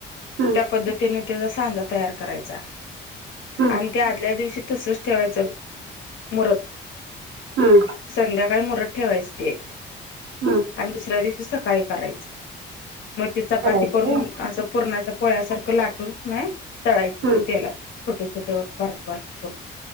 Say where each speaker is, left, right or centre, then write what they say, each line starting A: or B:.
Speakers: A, on the right (about 75°); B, on the left (about 75°).
A: हां
B: त्या पद्धतीने त्याचा सांजा तयार करायचा.
A: हं
B: आणि त्या आदल्या दिवशी तसच ठेवायचं मुरत.
A: हम्म
B: संध्याकाळी मुरत ठेवायच ते
A: हम्म
B: आणि दुसऱ्या दिवशी सकाळी करायचं मग त चपाती
A: करायची
B: करून
A: होय?
B: असं पूरणा चा पोळ्यासारखं लाटून क नाय तळायचं
A: हम्म.
B: ते तेलात छोट छोट बारक बारक करून.